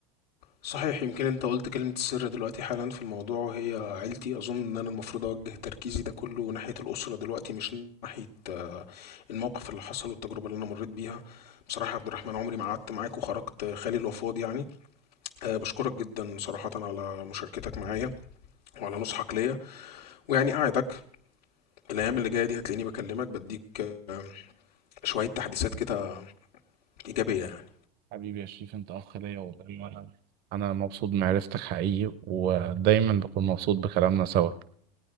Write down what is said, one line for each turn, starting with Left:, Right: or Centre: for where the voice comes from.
Left: صحيح يمكن انت قلت كلمة السر دلوقتي حالا في الموضوع وهي عيلتي اظن ان انا المفروض اوجه تركيزي ده كله ناحية الاسرة دلوقتي مش ناحية آه، الموقف اللي حصل والتجربة اللي انا مريت بيها بصراحة يا عبد الرحمن عمري ما قعدت معاك وخرجت خالي الوفاض يعني أه بشكرك جدا صراحة على مشاركتك معايا وعلى نصحك ليا ويعني أعدك الايام اللي جايه دي هتلاقيني بكلمك بديك آه، شويه تحديثات كده ايجابيه يعني
Right: حبيبي يا شريف انت اخ ليا والله انا أنا مبسوط بمعرفتك حقيقي ودايما بكون مبسوط بكلامنا سوا